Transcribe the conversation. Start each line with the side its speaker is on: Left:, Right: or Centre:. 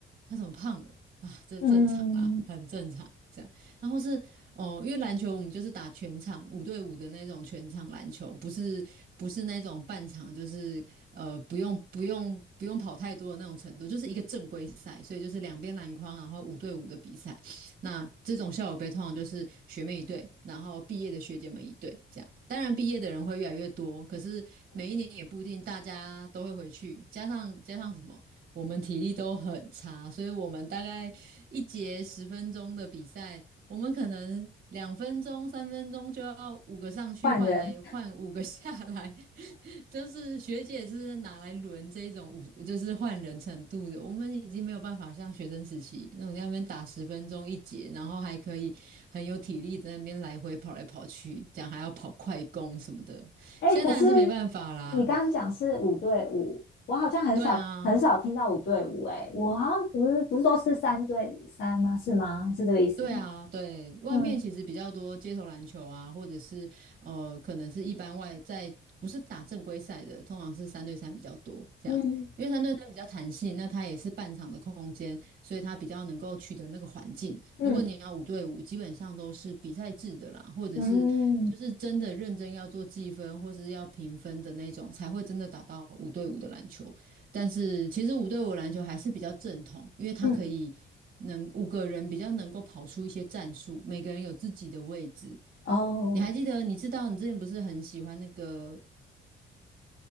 Right: 她怎么胖了？啊，这正常啊，
Left: 嗯，
Right: 很正常这样。然后是哦，因为篮球我们就是打全场五对五的那种全场篮球，不是不是那种半场，就是呃不用不用不用跑太多的那种程度，就是一个正规赛，所以就是两边篮筐，然后五对五的比赛。那这种校友杯通常就是学妹一队，然后毕业的学姐们一队这样。当然，毕业的人会越来越多，可是每一年也不一定大家都会回去，加上加上什么？我们体力都很差，所以我们大概一节十分钟的比赛，我们可能两分钟、三分钟就要五个上去换来换五个
Left: 换人。
Right: <laughs> 下来，<laughs> 就是学姐是拿来轮这种五，就是换人程度的。我们已经没有办法像学生时期那种在那边打十分钟一节，然后还可以很有体力在那边来回跑来跑去，这样还要跑快攻什么的。
Left: 哎，
Right: 现在当然是没办法啦，
Left: 可是你刚刚讲是五对五，我好像很少很少听到五对五。
Right: 对啊。
Left: 哎，我好像不是不是都是三对三吗？是吗？是这个意思吗？
Right: 对啊，对，外面其实比较多街头篮球啊，
Left: 嗯
Right: 或者是呃，可能是一般外在不是打正规赛的，通常是三对三比较多这样，
Left: 嗯
Right: 因为三对三比较弹性，那它也是半场的空间，所以它比较能够取得那个环境。
Left: 嗯
Right: 如果你要五对五，基本上都是比赛制的啦，或者是就是真的认真要做计分或是要评分的那种，
Left: 嗯
Right: 才会真的打到五对五的篮球。但是其实五对五篮球还是比较正统，因为它可以能五个人比较能够跑出一些战术，
Left: 嗯。
Right: 每个人有自己的位置。
Left: 哦，
Right: 你还记得？你知道你之前不是很喜欢那个